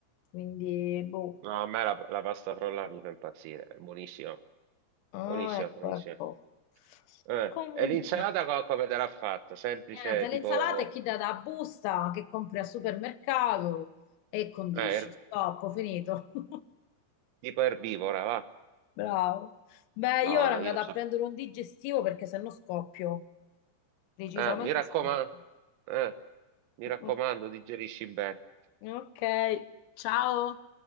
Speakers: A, on the left (about 85°); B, on the right (about 85°).
A: Quindi, boh.
B: No, a me la, la pasta frolla mi fa impazzire, è buonissima,
A: Ah,
B: buonissima,
A: ecco,
B: buonissima.
A: ecco.
B: Eh,
A: Comunque,
B: e l'insalata co- come te l'ha fatta? Semplice,
A: niente, le
B: tipo,
A: insalate chi dà da busta, che compri al supermercato e condisci.
B: eh, er-
A: Stop, ho finito. <laughs>
B: tipo erbivora, va?
A: Bravo. Beh,
B: No,
A: io ora
B: no,
A: mi
B: io
A: vado
B: c'ho
A: a prendere un digestivo perché sennò scoppio. Decisamente
B: Ah, mi raccomando,
A: scoppio.
B: eh, mi
A: Mm,
B: raccomando, digerisci bene.
A: mm. Ok, ciao.